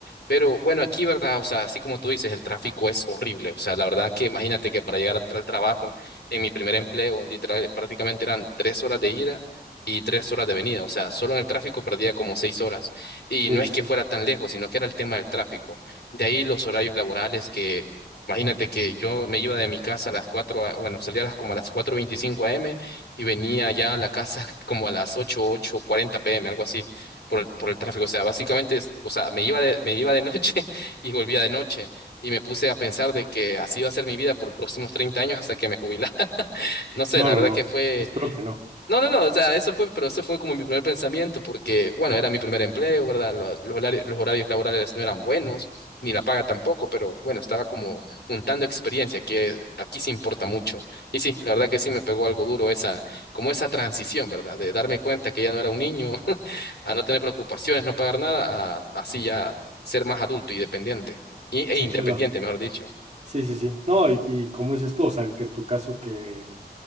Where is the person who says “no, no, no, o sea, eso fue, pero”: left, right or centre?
Left